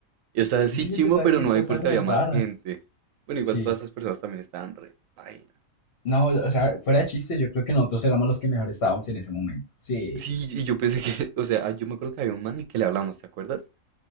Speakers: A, on the right; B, on the left.
A: Y o sea, sí
B: Sí,
A: chimbo,
B: empezó a
A: pero
B: decir
A: no
B: cosas
A: hay porque
B: re
A: había
B: raras.
A: más gente. Bueno, igual
B: Sí.
A: todas esas personas también estaban re paila.
B: No, o sea, fuera de chiste, yo creo que nosotros éramos los que mejor estábamos en ese momento. Sí.
A: Sí, y yo pensé que, <laughs> o sea, ah, yo me acuerdo que había un man y que le hablamos, ¿te acuerdas?